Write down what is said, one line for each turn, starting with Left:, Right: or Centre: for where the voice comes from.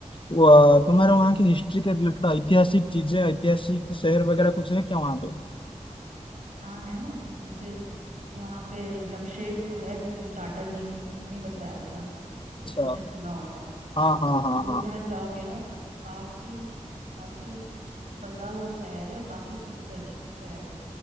Left: वो, तुम्हारे वहाँ की हिस्ट्री के रिलेटेड ऐतिहासिक चीजें ऐतिहासिक शहर वगैरह कुछ है क्या वहाँ पे
Right: हाँ है ना ऐसे यहाँ पे जमशेदपुर है जो टाटा जी ने बसाया था
Left: अच्छा
Right: तुमने सुना होगा
Left: हाँ हाँ हाँ
Right: वो
Left: हाँ
Right: शहर जाओगे ना तो काफी काफी बसा हुआ शहर है काफी सुंदर शहर है